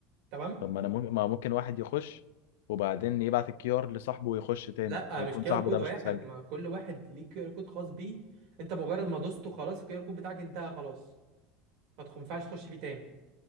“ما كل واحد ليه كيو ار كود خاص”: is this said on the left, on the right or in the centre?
Right